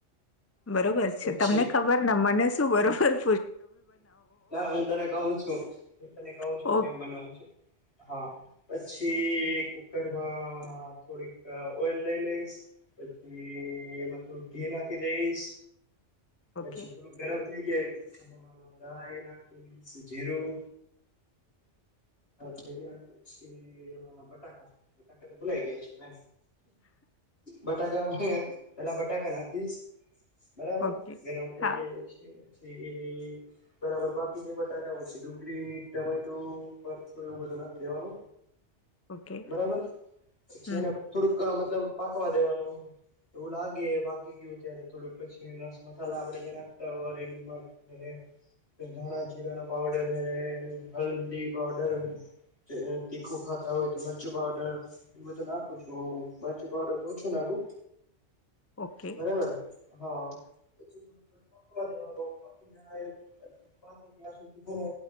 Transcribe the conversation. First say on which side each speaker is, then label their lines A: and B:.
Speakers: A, on the left (about 20°); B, on the left (about 60°).
A: બરોબર છે.
B: પછી
A: તમને ખબર ને મને શું બધું.
B: ના હું તને કહું છું. હું તને ક છું
A: ઓકે
B: કેમ બનાવું છું. હા પછી કુકરમાં થોડીક ઓઈલ લઈ લઈશ, પછી એમાં થોડુંક ઘી નાખી દઈશ.
A: ઓકે
B: પછી થોડુંક ગરમ થઈ જાય પછી રાયીને જીરું થઈ ગયા પછી એમાં બટાકા બટાકા તો બોલાઈ ગયા છે મે બટાકા પેલા બટાકા નાખીશ. બરાબર?
A: ઓકે
B: ગરમ થઈ
A: હા
B: જાય પછી. એ બરાબર બાફીશ બટાકા પછી ડુંગળી ટમેટું મરથું એવું બધ
A: ઓકે
B: બરાબર પછી
A: હમ
B: એને થો મતલબ પાકવા દેવાનું. એવું લાગે બાકી ગયું ત્યારે થોડું પછી રસ મસાલા આપડે જે નાખતા હોય <inaudible> ધણાજીરાના પાાવડર હે હલ્દી પાાવડર એ તીખું ખાતા હોય તો મરચું પાવડર એ બધું નાખું છું હુ. મરચું પાવડર ઓછું નાખું
A: ઓકે
B: બરાબરને? હા પછીક દેવા પપી જ પપ્પા ત્યાં સુધીને